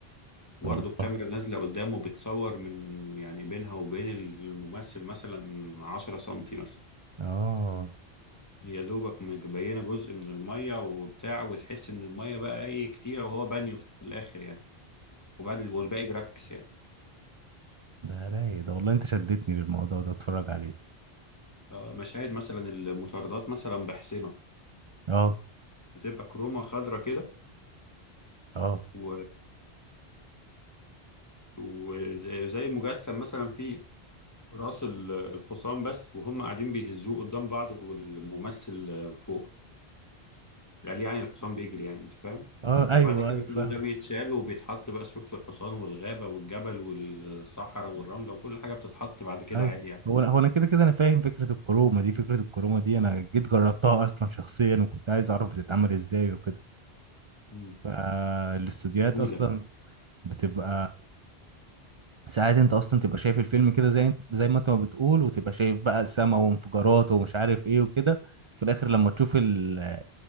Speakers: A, on the left; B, on the right.
A: وبرضه
B: والله
A: الكاميرا نازلة قدامه بتصور من يعني بينها وبين الممثل مثلا عشرة سنتي مثلا
B: اه
A: هي دوبك مبينة جزء من المية وبتاع وتحس إن المية بقى إيه كتير وهو بانيو في الآخر يعني وبعد والباقي جرافيكس يعني
B: ده رايق ده والله انت شدتني للموضوع ده اتفرج عليه
A: آه، مشاهد مثلا المطاردات مثلا بحسنة
B: اه
A: بتبقى كرومة خضرة كده
B: اه
A: و... وزي زي مجسم مثلا في رأس ال- الحصان بس وهم قاعدين بيهزوه قدام بعض والممثل فوق قال يعني الحصان بيجري يعني انت فاهم
B: اه ايوه
A: وبعد كده
B: ايوه
A: كل
B: فاهم
A: ده بيتشال وبيتحط بقى صورة الحصان والغابة والجبل والصحراء والرملة وكل حاجة بتتحط بعد كده
B: ايوه
A: عادي يعني
B: هو هو انا كده كده انا فاهم فكره الكرومه دي فكره الكرومه دي انا جيت جربتها اصلا شخصيا وكنت عايز اعرف بتتعمل ازاي وكده
A: مم.
B: فالاستوديوهات
A: جميلة
B: اصلا بتبقى ساعات انت اصلا تبقى شايف الفيلم كده زي انت زي ما انت ما بتقول وتبقى شايف بقى السما وانفجارات ومش عارف ايه وكده في الاخر لما تشوف ال...